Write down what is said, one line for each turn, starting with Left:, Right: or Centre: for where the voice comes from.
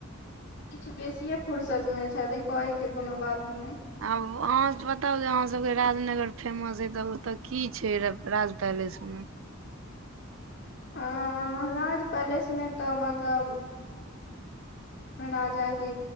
Left: किछ बेसीए फुरसत में छैथ। कहै के कोनो बात नहि।
Right: आब अहाँ बताउ जे अहाँसबके राजनगर फेमस अइ तऽ ओतय की छै राज पैलेस मे।
Left: अ राज पैलेसमे तऽ मतलब। राजाके